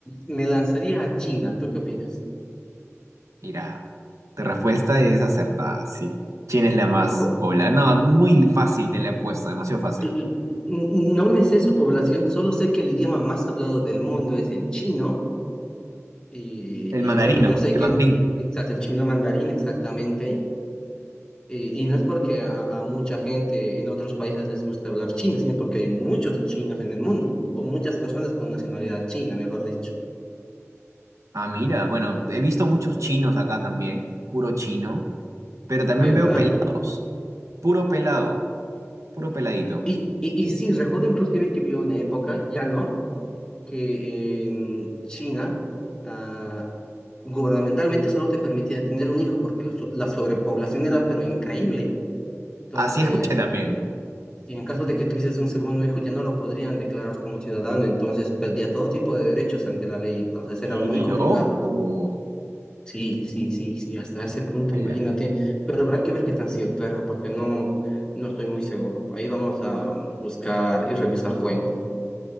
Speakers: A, on the left (about 15°); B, on the right (about 85°).
A: me lanzaría a China. ¿Tú qué opinas?
B: Mira, tu respuesta es acertada, sí. China es la más
A: Po-
B: poblada. No, muy fácil te la he puesto, demasiado fácil.
A: l- n- No me sé su población, solo sé que el idioma más hablado del mundo es el chino. Y,
B: El mandarino,
A: y bueno, yo sé
B: el
A: que,
B: mandarín.
A: exacto, el chino mandarín, exactamente. Y, y no es porque a, a mucha gente en otros países les gusta hablar chino, sino porque hay muchos chinos en el mundo, o muchas personas con nacionalidad china, mejor dicho,
B: Ah, mira, bueno, he visto muchos chinos acá también, puro chino, pero también
A: <laughs> ¿verdad?
B: veo pelados, puro pelado, puro peladito.
A: Y, y, y sí, recuerdo inclusive que vivió una época, ya no, que en China ah, gubernamentalmente solo te permitía tener un hijo, porque la, so- la sobrepoblación era pero increíble. Entonces,
B: Así escuché también.
A: Y en caso de que tuvieses un segundo hijo, ya no lo podrían declarar como ciudadano, entonces perdía todo tipo de derechos ante la ley, entonces era
B: Qué
A: muy
B: loco.
A: complicado. Sí, sí, sí, sí, hasta ese punto,
B: Ala.
A: imagínate. Pero habrá que ver qué tan cierto era, porque no, no estoy muy seguro. Ahí vamos a buscar y revisar fuentes.